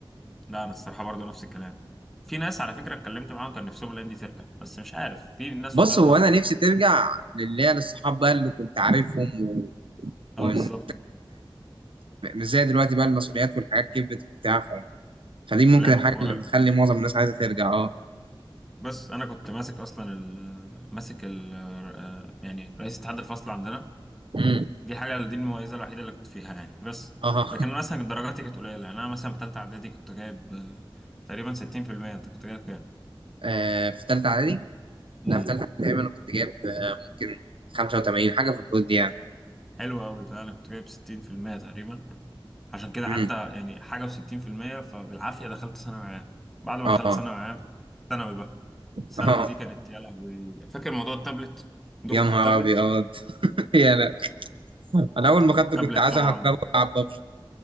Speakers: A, in the centre; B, on the right (about 70°).
A: لا انا الصراحه برضو نفس الكلام في ناس على فكره اتكلمت معاهم كان نفسهم الايام دي ترجع بس مش عارف في ناس
B: بص
A: وجهات
B: هو
A: نظر
B: انا نفسي
A: بقى
B: ترجع للي هي للصحاب بقى اللي كنت عارفهم و... وانت
A: اه بالظبط
B: م- مش زي دلوقتي بقى المسؤوليات والحاجات كبرت وبتاع ف... فدي ممكن
A: ولعب
B: الحاجه
A: الكوره
B: اللي
A: ال-
B: بتخلي معظم الناس عايزه ترجع اه
A: بس انا كنت ماسك اصلا ال ماسك ال آه، يعني رئيس اتحاد الفصل عندنا
B: امم
A: دي حاجه دي المميزه الوحيده اللي كنت فيها يعني بس
B: اه
A: لكن أنا مثلا درجاتي كانت قليله يعني انا مثلا في ثالثه اعدادي كنت جايب آه، تقريبا 60% انت كنت جايب كام
B: آه، في ثالثه اعدادي
A: امم
B: لا في ثالثه اعدادي تقريبا انا كنت جايب آه، ممكن 85 حاجه في الحدود دي يعني
A: حلو قوي ده انا كنت جايب 60% تقريبا عشان كده
B: امم
A: حتى يعني حاجة وستين في المية فبالعافية دخلت ثانوي عام بعد ما
B: اه
A: دخلت ثانوي عام ثانوي بقى ثانوي
B: اه
A: دي كانت يا لهوي فاكر موضوع التابلت دفعة
B: يا نهار
A: التابلت
B: ابيض <laughs> يا لا انا اول ما خدته
A: التابلت
B: كنت عايز
A: طبعا
B: اهكره العب ببجي